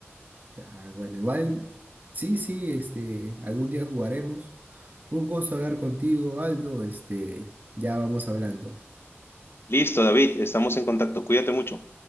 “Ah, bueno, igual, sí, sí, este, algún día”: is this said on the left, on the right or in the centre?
Right